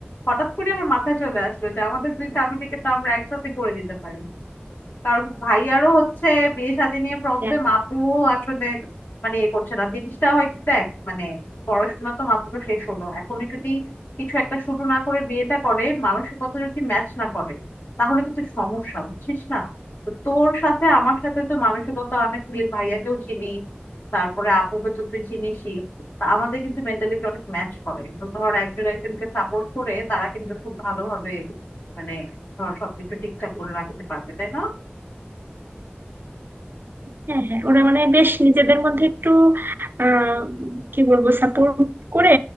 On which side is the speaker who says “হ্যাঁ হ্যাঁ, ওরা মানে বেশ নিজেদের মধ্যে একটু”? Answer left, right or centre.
Right